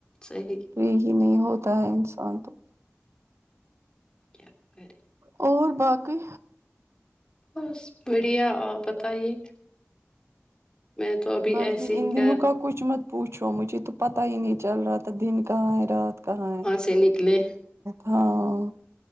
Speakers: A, on the left; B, on the right.
A: صحیح
B: فری ہی نہیں ہوتا ہے انسان تو
A: کیا کرے
B: اور باقی
A: بس بڑیا آپ بتائیے میں تو ابھی
B: بس
A: ایسے
B: جی ان
A: ہی کر
B: دنوں کا کچھ مت پوچھو مجھے تو پتا ہی نہیں چل رہا تھا دن کہاں ہے رات کہاں ہے
A: سے نکلے
B: ہاں